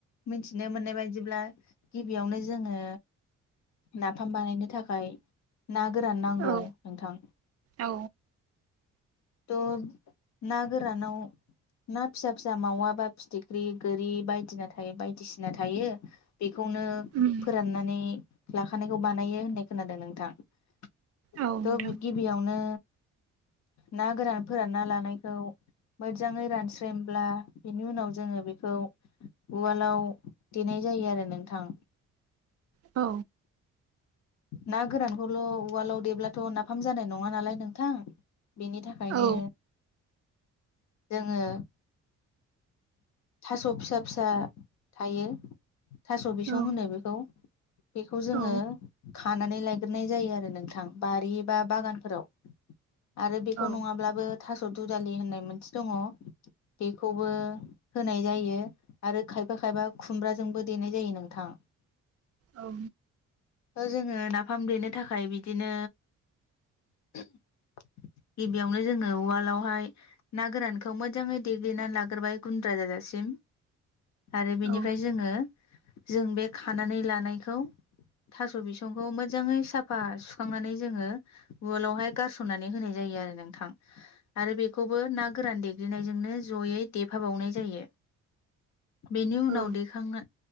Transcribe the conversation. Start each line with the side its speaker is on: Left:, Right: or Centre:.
Left: मिथिनो मोननाय बायदिब्ला गिबियावनो जोङो नाफाम बानायनो थाखाय ना गोरान नांगौ
Right: औ
Left: नोंथां
Right: औ
Left: ओ ना गोरानाव ना फिसा फिसा मावा बा फिथिख्रि गोरि बायदि ना थायो बायदिसिना थायो बे बेखौनो
Right: उम
Left: फोराननानै लाखानायखौ बानायो होननाय खोनादों नोंथां थ'
Right: औ नोंथां
Left: गिबियावनो ना गोरान फोरानना लानायखौ मोजाङै रानस्रेमब्ला बिनि उनाव जोङो बेखौ उवालाव देनाय जायो आरो नोंथां
Right: औ
Left: ना गोरानखौल' उवालाव देब्लाथ' नाफाम जानाय नङा नालाय नोंथां बेनि थाखायनो
Right: औ
Left: जोङो थास' फिसा फिसा थायो थास' बिसं
Right: औ
Left: होनो बेखौ बेखौ जोङो
Right: औ
Left: खानानै लायग्रोनाय जायो आरो नोंथां बारि बा बागानफोराव आरो बेखौ
Right: औ
Left: नङाब्लाबो थास' दुदालि होननाय मोनसे दङ बेखौबो होनाय जायो आरो खायफा खायफा खुमब्राजोंबो देनाय जायो नोंथां
Right: औ
Left: जोङो नाफाम देनो थाखाय बिदिनो गिबियावनो जोङो उवालावहाय ना गोरानखौ मोजाङै देग्लिनानै लाग्रोबाय गुन्द्रा जाजासिम आरो बेनिफ्राय
Right: औ
Left: जोङो जों बे खानानै लानायखौ थास' बिसंखौ मोजाङै साफा सुखांनानै जोङो उवालावहाय गारसननानै होनाय जायो आरो नोंथां आरो बे खौबो ना गोरान देग्लिनायजोंनो जयै देफाबावनाय जायो बेनि उनाव
Right: औ
Left: दैखांनो